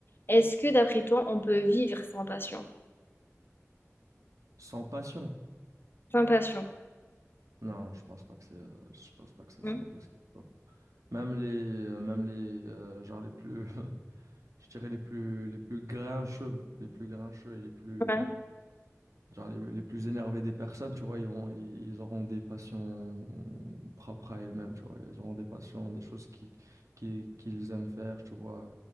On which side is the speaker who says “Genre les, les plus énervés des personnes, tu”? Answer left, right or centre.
Right